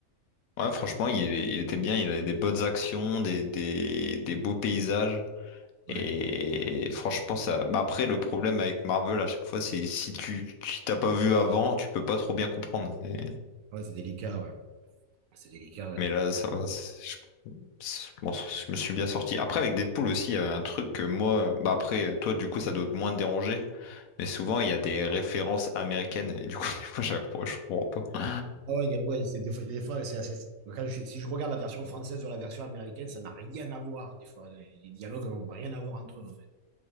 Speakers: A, on the left (about 75°); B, on the right (about 70°).
A: Ouais, franchement, il, est- il était bien, il avait des bonnes actions, des, des, des beaux paysages.
B: Ouais.
A: Et franchement, ça. bah après, le problème avec Marvel à chaque fois, c'est si tu tu t'as pas vu avant, tu peux pas trop bien comprendre. Mais,
B: Ouais, c'est délicat, ouais. C'est délicat, ouais.
A: mais
B: tu-
A: là, ça va. c'est- Je... c'est- bon, je me suis bien sorti. Après, avec Deadpool aussi, il y a un truc que moi. Bah après, toi, du coup, ça doit moins te déranger. Mais souvent, il y a des références américaines. Et du coup, <laughs> des fois, chaque fois, je comprends pas.
B: Ah ouais, il y a- ouais, c'est des fois, des fois, c'est assez- quand je- si je regarde la version française ou la version américaine, ça n'a rien à voir. Des fois, les dialogues n'ont rien à voir entre eux, en fait.